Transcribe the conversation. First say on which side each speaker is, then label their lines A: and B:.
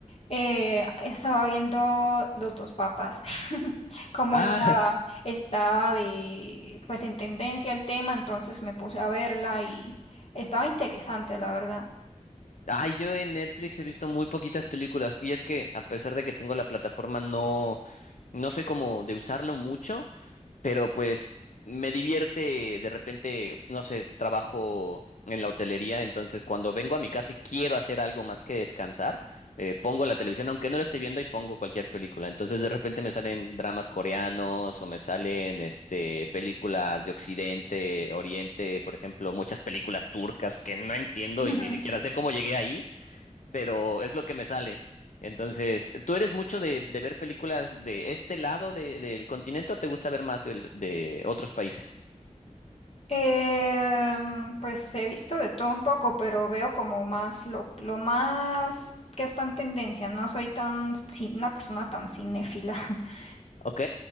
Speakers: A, on the left; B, on the left.
A: Eh, estaba viendo los dos papas, <laughs> como
B: Ah,
A: estaba, estaba de, pues en tendencia el tema, entonces me puse a verla y estaba interesante, la verdad.
B: <laughs> ay, yo en Netflix he visto muy poquitas películas y es que a pesar de que tengo la plataforma no no soy como de usarlo mucho pero pues me divierte de repente, no sé, trabajo en la hotelería, entonces cuando vengo a mi casa y quiero hacer algo más que descansar, eh, pongo la televisión, aunque no la esté viendo, y pongo cualquier película. Entonces de repente me salen dramas coreanos o me salen este películas de Occidente, Oriente, por ejemplo, muchas películas turcas que no entiendo
A: <laughs>
B: y ni siquiera sé cómo llegué ahí, pero es lo que me sale. Entonces, ¿tú eres mucho de, de ver películas de este lado de- del continente o te gusta ver más del- de, otros países?
A: Em, pues he visto de todo un poco, pero veo como más lo, lo más que está en tendencia. No soy tan, ci- una persona tan cinéfila. <laughs>
B: Ok,